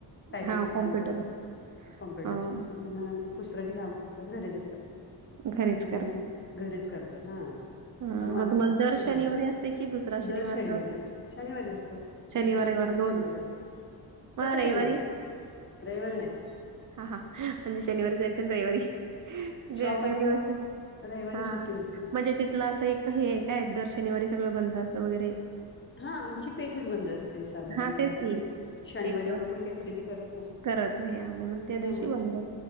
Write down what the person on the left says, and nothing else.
टायपिंगची
कामं करतात कॉम्प्युटरची
त्यांना पुस्तकाची कामं असतात घरीच असतात
त्यामुळे
घरीच करतात हा
आम्हालाच
शनिवारी
दर
शनिवारी
आम शनिवारीच असतो
वीकली
शनिवार असतो
तरता
शनिवार रविवार नाही
शॉप असल्यामुळे
रविवारी
सुट्टी नसते
हा आमची पेठच बंद असते साधारण
बऱ्यापैकी
शनिवारी
एवढं कोुणी काही खरेदी करत नाही
त्यामुळे